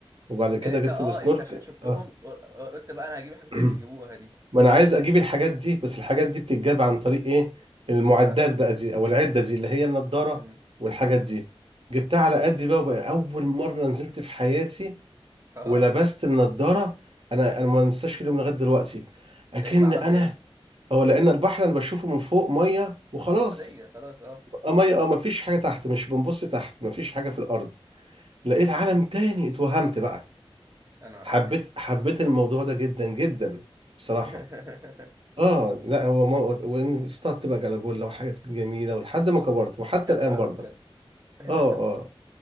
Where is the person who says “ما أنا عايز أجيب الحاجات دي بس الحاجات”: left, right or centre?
Right